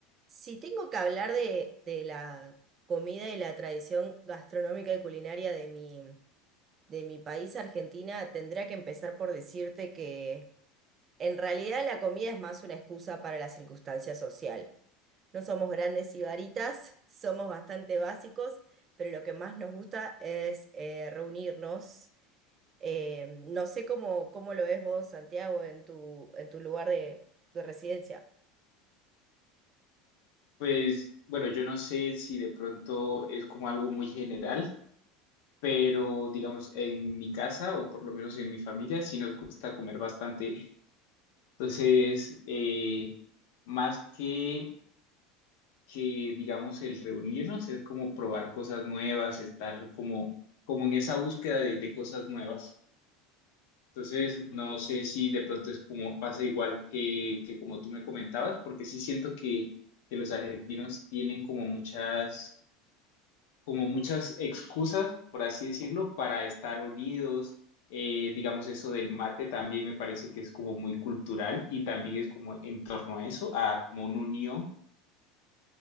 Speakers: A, on the right (about 30°); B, on the left (about 70°).
A: Si tengo que hablar de, de la comida y la tradición gastronómica y culinaria de mi, de mi país, Argentina, tendría que empezar por decirte que en realidad la comida es más una excusa para la circunstancia social. No somos grandes sibaritas, <laughs> somos bastante básicos, pero lo que más nos gusta es eh, reunirnos. Eh, no sé cómo, cómo lo ves vos, Santiago, en tu, en tu lugar de de residencia.
B: Pues bueno, yo no sé si de pronto es como algo muy general, pero digamos en mi casa o por lo menos en mi familia sí nos gusta comer bastante. Entonces, eh, más que, que digamos el reunirnos es como probar cosas nuevas, estar como, como en esa búsqueda de, de cosas nuevas. Entonces, no sé si de pronto es como pasa igual que, que como tú me comentabas, porque sí siento que, que los argentinos tienen como muchas como muchas excusas, por así decirlo, para estar unidos. Eh, digamos, eso del mate también me parece que es como muy cultural y también es como en torno a eso, a como una unión.